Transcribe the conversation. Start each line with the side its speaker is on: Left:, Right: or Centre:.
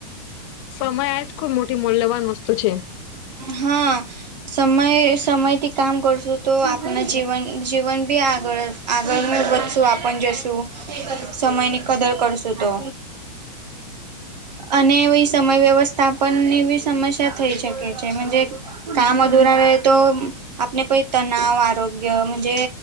Left: સમય આજ ખુબ મોટી મુલ્યવાન વસ્તુ છે.
Right: હા સમય સમયથી કામ કરશું તો આપના જીવન જીવન બી આગળ આગળને વધશું આપણ જશું. સમય ની કદર કરશું તો અને સમય વ્યવસ્થાપન ની બી સમસ્યા થઈ શકે છે મજે. કામ અધુરા રહેતો. આપને પઈ તનાવ આરોગ્યજ